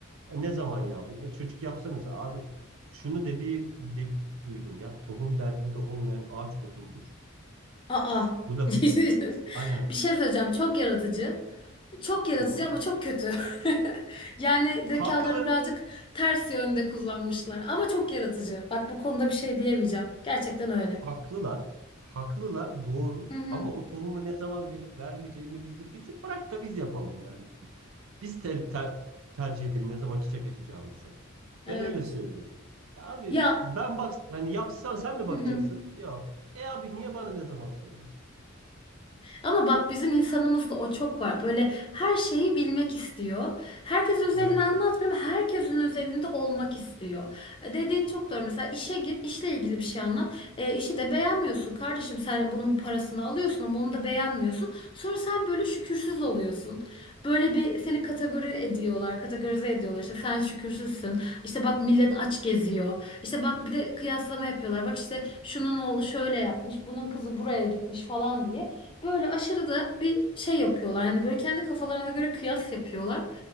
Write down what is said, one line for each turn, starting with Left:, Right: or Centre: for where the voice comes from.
Right: "E, ne zaman yavrum? E çocuk yapsanız abi şunu dediği de, duydum ya. Tohum derdinde olmayan ağaç odundur.
Left: Aa.
Right: Bu lafı
Left: <laughs>
Right: duydum. Aynen.
Left: Bir şey söyleyeceğim. Çok yaratıcı. Çok yaratıcı
Right: Hı hı.
Left: ama çok kötü. <laughs> Yani
Right: Haklı.
Left: zekalarını birazcık ters yönde kullanmışlar. Ama çok yaratıcı. Bak bu konuda bir şey diyemeyeceğim. Gerçekten öyle.
Right: Haklılar. Haklılar doğru.
Left: Hı hı.
Right: Ama o tohumu ne zaman verip vermeyeceğimi biz de bizi bırak da biz yapalım yani. Biz ter, ter- tercih edelim ne zaman çiçek açacağımızı.
Left: Evet.
Right: Ben öyle söylüyorum. Abi
Left: Ya.
Right: ben bak hani yapsam sen mi
Left: Hı
Right: bakacaksın?
Left: hı.
Right: Yok. E abi niye bana ne zaman soruyorsun?
Left: Ama bak bizim insanımızda o çok var. Böyle her şeyi bilmek istiyor. Herkes özelini
Right: Evet.
Left: anlatmıyor ama herkesin özelinde olmak istiyor. E, Dediğin çok doğru. Mesela işe gir, işle ilgili bir şey anlat. E, işi de beğenmiyorsun. Kardeşim sen bunun parasını alıyorsun ama onu da beğenmiyorsun. Sonra sen böyle şükürsüz oluyorsun. Böyle bir seni kategori ediyorlar, kategorize ediyorlar. İşte sen şükürsüzsün. İşte bak millet aç geziyor. İşte bak bir de kıyaslama yapıyorlar. Bak işte şunun oğlu şöyle yapmış, bunun kızı buraya gitmiş falan diye. Böyle aşırı da bir şey yapıyorlar. Hani böyle kendi kafalarına göre kıyas yapıyorlar.